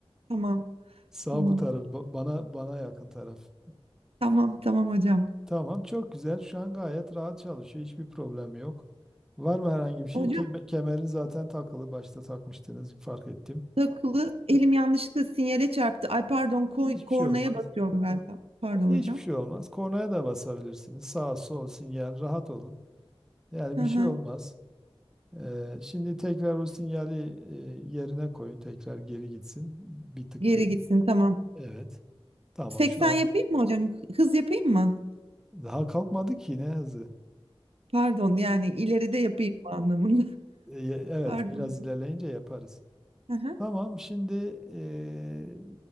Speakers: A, on the right; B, in the centre.
A: Tamam.
B: <laughs> sağ
A: Tamam.
B: bu taraf ba- bana bana yakın taraf.
A: Tamam. Tamam hocam.
B: Tamam çok güzel. Şu an gayet rahat çalışıyor. Hiçbir problem yok. Var mı herhangi bir şey?
A: Hocam
B: Kemer, kemerin zaten takılı. Başta takmıştınız fark ettim.
A: takılı elim yanlışlıkla sinyale çarptı. Ay pardon ko-
B: Hiçbir
A: kornaya
B: şey olmaz.
A: basıyorum galiba. Pardon
B: Hiçbir
A: hocam.
B: şey olmaz. Kornaya da basabilirsiniz. Sağ, sol, sinyal, rahat olun. Yani
A: Hı
B: bir
A: hı.
B: şey olmaz. Ee, şimdi tekrar o sinyali e, yerine koyun. Tekrar geri gitsin. Bir tık
A: Geri
B: geri.
A: gitsin tamam.
B: Evet. Tamam
A: 80
B: şu an.
A: yapayım mı hocam? Hız yapayım mı?
B: Daha kalkmadı ki ne hızı. <laughs>
A: Pardon yani ileride yapayım anlamında. <laughs>
B: E, Evet,
A: Pardon
B: biraz
A: hocam.
B: ilerleyince yaparız.
A: Hı hı.
B: Tamam, şimdi e,